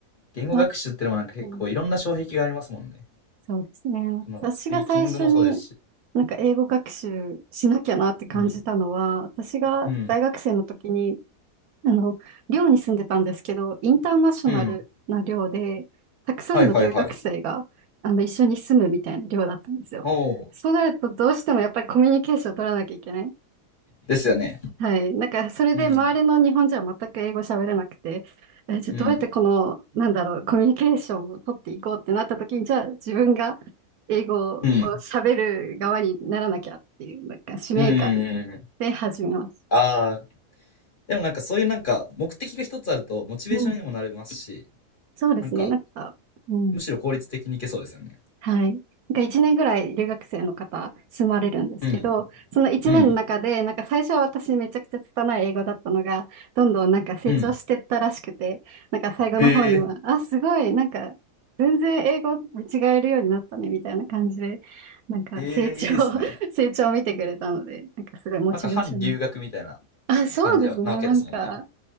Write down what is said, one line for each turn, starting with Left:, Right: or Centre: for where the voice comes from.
Left: 言語学習ってのもなんか結構いろんな障壁がありますもんね。
Right: あ、うん、そうですね。
Left: その、
Right: 私が最初に、
Left: スピーキングもそうですし。
Right: なんか英語学習しなきゃなって感じたのは、
Left: うん。
Right: 私が大学生の時に、
Left: うん。
Right: あの、寮に住んでたんですけど、インターナショナルな寮で、
Left: うん。
Right: たくさんの留学生が、
Left: はいはいはい。
Right: あの、一緒に住むみたいな寮だったんですよ。
Left: おお。
Right: そうなると、どうしてもやっぱりコミュニケーションを取らなきゃいけない。
Left: ですよね。
Right: はい。なんか、それで周りの日本人は全く英語喋れなくて、
Left: うん。
Right: え、じゃあどうやってこの、
Left: うん。
Right: なんだろう、コミュニケーションを取っていこうってなった時に、じゃあ自分が英語を喋る側にならなきゃっていう、
Left: うん。
Right: なんか使命感
Left: うん。うん。
Right: で始めます。
Left: ああ、でもなんかそういうなんか目的が一つあるとモチベーションにもなりますし、
Right: うん。そうですね。
Left: なんか
Right: なんか、うん。
Left: むしろ効率的にいけそうですよね。
Right: はい。なんか1年ぐらい留学生の方住まれるんですけど、
Left: うん、
Right: その1年の中で、
Left: うん、
Right: なんか最初は私めちゃくちゃ拙い英語だったのが、どんどんなんか成長してったらしくて、
Left: うん。
Right: なんか最後の方には、
Left: へえ、
Right: あ、すごい、なんか全然英語見違えるようになったね、みたいな感じで、なんか成長、
Left: へえ、いいですね。
Right: <laughs> 成長を見てくれたので、なんかすごいモチベーションに。
Left: なんか反留学みたいな
Right: あ、そうですね。
Left: 感じなわけですもんね。
Right: なんか、